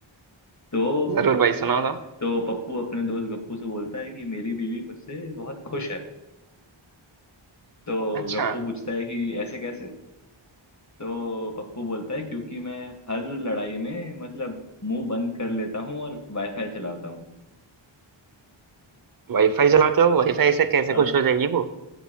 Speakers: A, on the left (about 35°); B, on the right (about 45°).
A: तो
B: जरूर भाई सुनाओ तो
A: तो पप्पू अपने दोस्त गप्पू से बोलता है कि मेरी बीवी मुझसे बहुत खुश है तो
B: अच्छा
A: गप्पू पूछता है कि ऐसे कैसे तो पप्पू बोलता है क्योंकि मैं हर लड़ाई में मतलब मुंह बंद कर लेता हूँ और वाईफाई चलाता हूँ
B: वाईफाई चलाते हो वाईफाई से कैसे
A: हाँ
B: खुश हो जाएगी वो